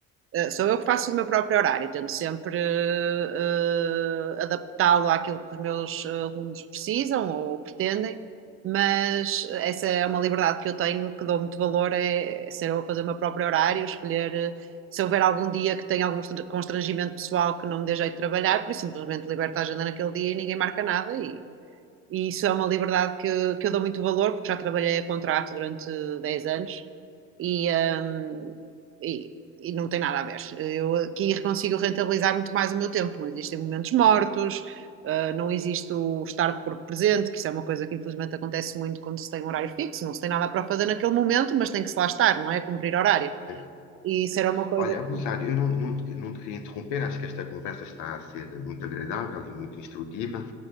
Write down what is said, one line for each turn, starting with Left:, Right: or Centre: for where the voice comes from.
Right: Uh, sou eu que faço o meu próprio horário, tento sempre uh, adaptá-lo àquilo que os meus alunos precisam ou pretendem, mas essa é uma liberdade que eu tenho, que dou muito valor, é, é ser eu a fazer o meu próprio horário, escolher. uh, se houver algum dia que tenha algum constrangimento pessoal que não me dê jeito de trabalhar, por isso simplesmente liberto a agenda naquele dia e ninguém marca nada e e isso é uma liberdade que, que eu dou muito valor, porque já trabalhei a contrato durante 10 anos e, hum, e, e não tem nada a ver. Eu aqui consigo rentabilizar muito mais o meu tempo. Não existem momentos mortos, ah, não existe o estar de corpo presente, que isso é uma coisa que infelizmente acontece muito quando se tem um horário fixo. Não se tem nada para fazer naquele momento, mas tem que se lá estar, não é? Cumprir horário.
Left: né?
Right: E isso era uma coisa
Left: Olha, Rosário,
Right: que
Left: eu não, não, te, não te queria interromper, acho que esta conversa está a ser muito agradável e muito instrutiva.